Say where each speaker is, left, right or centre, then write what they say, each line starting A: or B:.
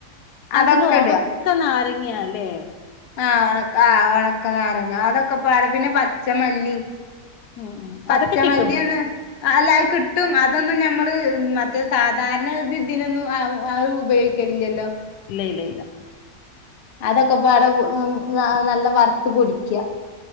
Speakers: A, on the left (about 55°); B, on the left (about 80°).
A: അതൊക്കെ
B: അതില് ഒണക്ക നാരങ്ങ്യലെ.
A: ആ ആ് ണക്ക ആ ഒണക്കനാരങ്ങ അതൊക്കെ പാടെ പിന്നെ പച്ചമല്ലി.
B: ഉം ഉം
A: പച്ചമല്ലിയ
B: അതൊക്കെ കിട്ടും
A: ഒന്ന് അല്ല ആ കിട്ട ഇും അതൊന്നും നമ്മള് മറ്റേ സാധാരണ ഇതിൊന്നും ഉപയോഗിക്കില്ലല്ലോ
B: ഇല്ല ഇല്ല ഇല്ല
A: അതൊക്കെ പട നല്ല വറുത്ത് പൊടിക്ക